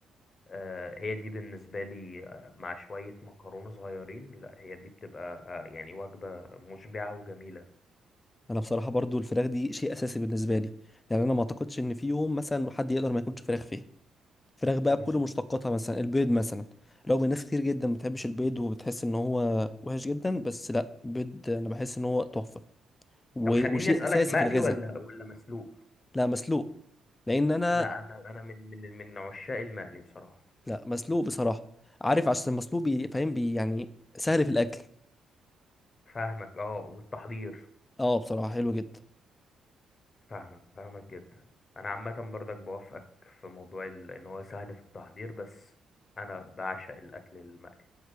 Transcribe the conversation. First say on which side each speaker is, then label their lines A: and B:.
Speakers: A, on the left; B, on the left.
A: آه، هي دي بالنسبة لي آه، مع شوية مكرونة صغيرين لا هي دي بتبقى آه، يعني وجبة مشبعة وجميلة
B: أنا بصراحة برضو الفراخ دي شيء أساسي بالنسبة لي يعني أنا ما أعتقدش إن في يوم مثلا حد يقدر ما ياكلش فراخ فيه فراخ بقى
A: بالظبط
B: بكل مشتقاتها مثلا البيض مثلا رغم إن ناس كتير جدا ما بتحبش البيض وبتحس إن هو وحش جدا بس لا البيض أنا بحس إن هو تحفة و-
A: طب خليني
B: وشيء
A: اسألك
B: أساسي
A: مقلي
B: في الغذاء
A: ولا ولا مسلوق
B: لا مسلوق لأن أنا
A: لا انا انا من من من عشاق المقلي بصراحه
B: لا مسلوق بصراحة عارف عشان مسلوق بي- فاهم بي يعني سهل في الأكل
A: فاهمك اه والتحضير
B: اه بصراحة حلو جدا
A: فاهمك فاهمك جدا انا عامه برضك بوافقك في موضوع ال- ان هو سهل في التحضير بس انا بعشق الاكل المقلي